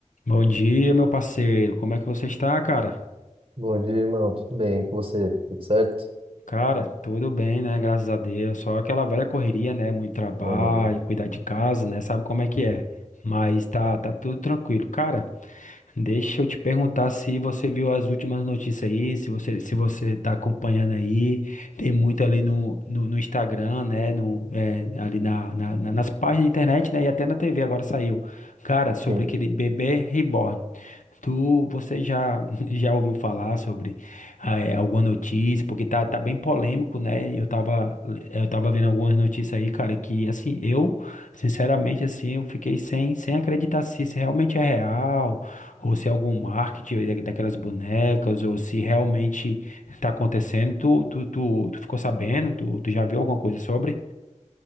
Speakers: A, on the left; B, on the right.
A: Bom dia, meu parceiro. Como é que você está, cara?
B: Bom dia, irmão. Tudo bem? Com você? Tudo certo?
A: Cara, tudo bem, né? Graças a Deus. Só aquela velha correria, né? Muito trabalho,
B: Meu amigo.
A: cuidar de casa, né? Sabe como é que é. Mas tá, tá tudo tranquilo. Cara, Deixa eu te perguntar se você viu as últimas notícias aí, se você se você está acompanhando aí, tem muito ali no, no, no Instagram, né, no, é, ali na, na- na- nas páginas da internet, né, e até na TV agora saiu, cara, sobre
B: Sim.
A: aquele bebê reborn. Tu, você já <laughs> já ouviu falar sobre ah, é, alguma notícia? Porque tá, tá bem polêmico, né? Eu tava eu tava vendo algumas notícias aí, cara, que assim eu Sinceramente, assim, eu fiquei sem, sem acreditar se isso realmente é real, ou se é algum marketing daquelas bonecas, ou se realmente <laughs> tá acontecendo, tu, tu, tu, tu ficou sabendo? Tu, tu já viu alguma coisa sobre?